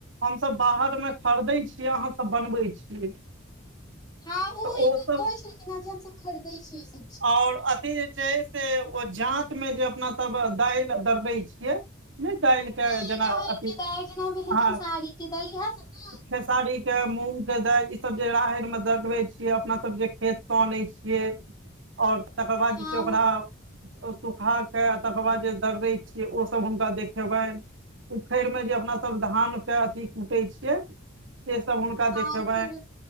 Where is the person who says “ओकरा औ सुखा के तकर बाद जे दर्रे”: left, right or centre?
Right